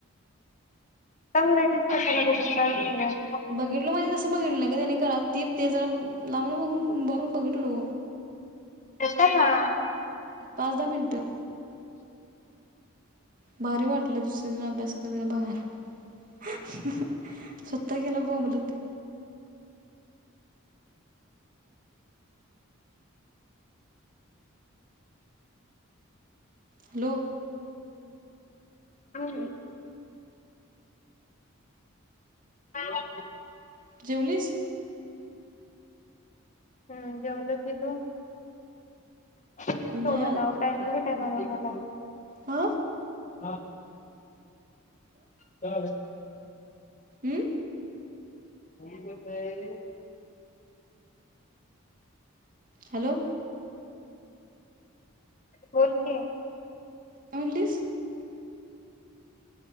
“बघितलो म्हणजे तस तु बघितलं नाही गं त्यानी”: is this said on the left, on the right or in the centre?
Right